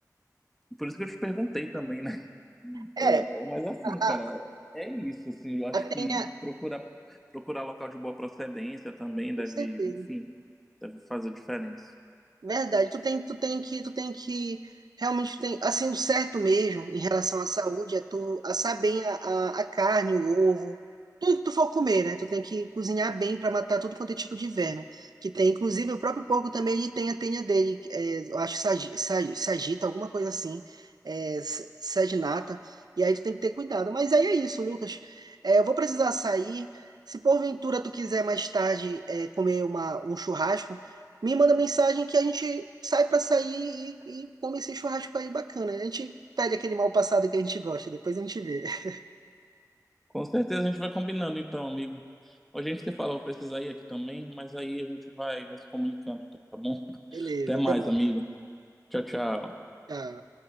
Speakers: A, in the centre; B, on the right.
A: por isso que eu te perguntei também, né?
B: É,
A: É, é, mas assim,
B: a,
A: cara,
B: a,
A: é isso, assim, eu acho
B: a tenha,
A: que procurar procurar local de boa procedência também
B: com
A: deve,
B: certeza.
A: enfim, deve fazer diferença.
B: Verdade, tu tem, tu tem que, tu tem que, realmente tem, assim, o certo mesmo em relação à saúde é tu assar bem a, a, a carne, o ovo, tudo que tu for comer, né? Tu tem que cozinhar bem para matar tudo quanto é tipo de verme que tem. Inclusive, o próprio porco também, ele tem a tenha dele, é, eu acho que sagi- sa- sagita, alguma coisa assim, é, s- saginata, e aí tu tem que ter cuidado. Mas aí é isso, Lucas, É, eu vou precisar sair, se porventura tu quiser mais tarde, é, comer uma, um churrasco, me manda mensagem que a gente sai pra sair e, e come esse churrasco aí bacana. A gente pede aquele mal passado que a gente gosta, depois a gente vê. <laughs>
A: Com certeza a gente vai combinando então, amigo. Hoje a gente se fala, eu vou precisar ir aqui também, mas aí a gente vai, vai se comunicando, tá bom?
B: Beleza,
A: Até mais,
B: até mais.
A: amigo. Tchau, tchau.
B: Tchau.